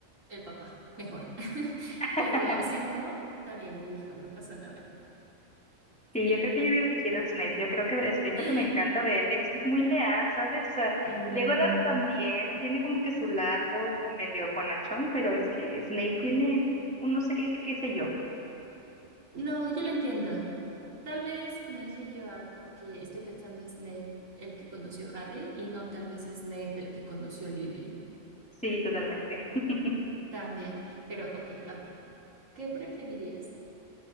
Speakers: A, on the right (about 85°); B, in the centre.
A: el papá, mejor. <laughs>
B: <laughs>
A: Pero si no, está bien, elijo, no pasa nada.
B: Sí,
A: Eh,
B: yo creo que yo hubiera elegido a Snape. Yo creo que Snape
A: <gasps>
B: lo que me encanta de él es que es muy leal, ¿sabes? O sea,
A: mm,
B: Legolas también tiene como que su lado medio bonachón, pero es que Snape tiene un no sé qué, qué, qué sé yo.
A: No, yo lo entiendo. Tal vez me deje llevar porque estoy pensando Snape el que conoció Harry y no tal vez Snape el que conoció Lily.
B: Sí, totalmente. <laughs>
A: Cambia. Pero ok, a ver, ¿qué preferirías?